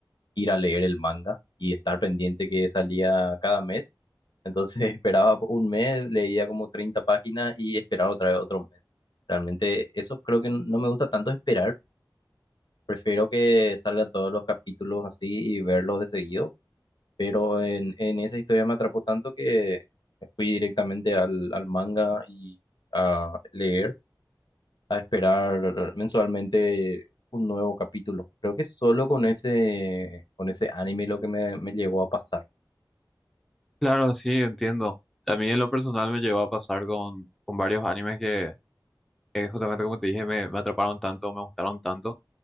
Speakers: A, on the left; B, in the centre.
A: ir a leer el manga y estar pendiente que salía cada mes. Entonces <laughs> esperaba un mes, leía como 30 páginas y esperaba otra vez otro mes. Realmente eso creo que no me gusta tanto esperar. Prefiero que salgan todos los capítulos así y verlos de seguido. Pero en, en esa historia me atrapó tanto que me fui directamente al, al manga y a leer a esperar mensualmente un nuevo capítulo. Creo que solo con ese, con ese anime lo que me, me llegó a pasar.
B: Claro, sí, entiendo. A mí en lo personal me llegó a pasar con, con varios animes que, que justamente como te dije me, me atraparon tanto, me gustaron tanto.